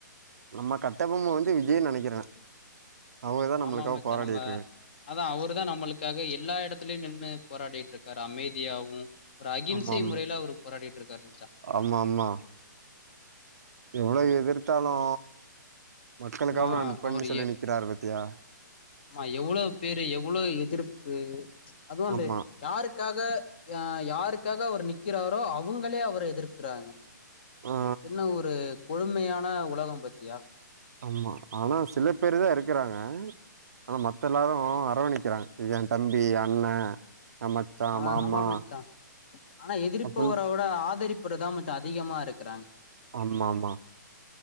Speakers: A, on the right; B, on the left.
A: நம்ம கட்டபொம்ம வந்து விஜய்ன் நெனைக்கிறே அவர்தா நம்மளுக்காக
B: ஆமா மச்சா
A: போராடிட்ருக்காரு
B: நம்ப அதா அவரு தா நம்மளுக்காக எல்லா எடத்துலயு நின்னு போராடிட்டு இருக்காரு அமைதியாவு ஒரு அகிம்சை
A: ஆமா ஆமா
B: முறைல அவரு போராடிட்ருக்காரு மச்சா
A: ஆமா ஆமா எவ்ளோ எதிர்த்தாலு
B: ம்
A: மக்களுக்காக
B: ஆ
A: நா நிப்பேனு
B: அவரு
A: சொல்லி
B: எ
A: நிக்கிறாரு பாத்தியா
B: ஆமா எவ்வளோ பேரு எவ்வளோ எதிர்ப்பு அதுவு அந்த
A: ஆமா
B: யாருக்காக யா யாருக்காக அவரு நிக்கிறாரோ அவுங்களே அவர எதிர்க்குறாங்க
A: ஆ
B: என்ன ஒரு கொழுமையான உலகம் பாத்தியா
A: ஆமா ஆனா சில பேரு தா எருக்குறாங்க ஆனா மத்த எல்லாரு அரவணிக்கிறாங்க இது எ தம்பி அண்ண ஆ மச்சா
B: ஆ
A: மாமா
B: ஆமா மச்சா ஆனா எதிர்ப்பவர
A: அப்புன்
B: விட ஆதரிப்பரு தா மச்சா அதிகமா இருக்கு
A: ஆமாம்மா